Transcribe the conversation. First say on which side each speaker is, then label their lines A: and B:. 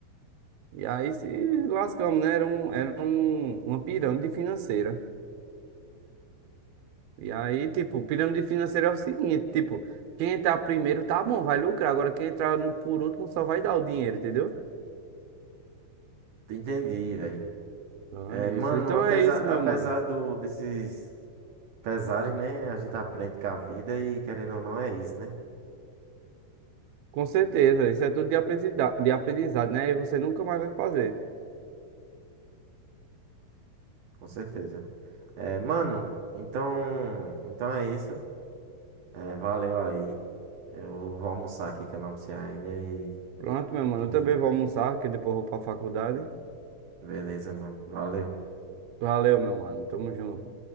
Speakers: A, on the right; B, on the right.
A: E aí se lascamos, né? Era, um, era um, uma pirâmide financeira. E aí, tipo, pirâmide financeira é o seguinte, tipo, quem entrar primeiro tá bom, vai lucrar. Agora quem entrar no- por último só vai dar o dinheiro, entendeu?
B: Entendi, velho.
A: Então
B: É,
A: é
B: mano,
A: isso. Então
B: apesar,
A: é isso, meu
B: apesar
A: mano.
B: do, desses pesares, né? A gente aprende com a vida e querendo ou não é isso, né?
A: Com certeza, isso é tudo de aprendizado, de aprendizado, né? E você nunca mais vai fazer.
B: Com certeza. É, mano, então, então é isso. É, valeu aí. Eu vou almoçar aqui que eu não almocei ainda e
A: Pronto, meu mano.
B: tamo
A: Eu também
B: junto.
A: vou almoçar, que depois eu vou pra faculdade.
B: Beleza, mano. Valeu.
A: Valeu, meu mano. Tamo junto.